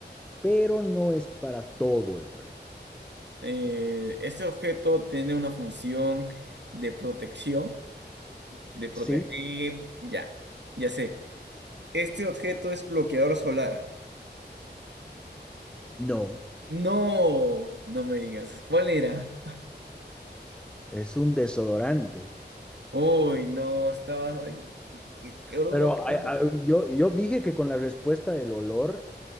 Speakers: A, in the centre; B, on the right (about 75°).
A: pero no es para todo el cuerpo.
B: eh, ¿este objeto tiene una función de protección, de proteger?
A: Sí,
B: Ya, ya sé. ¿Este objeto es bloqueador solar?
A: no,
B: No, no me digas. ¿Cuál era?
A: es un desodorante.
B: Uy, no, estaba ahí. ¿Qué qué aroma?
A: Pero
B: ¿Cómo?
A: a- a- yo, yo dije que con la respuesta del olor,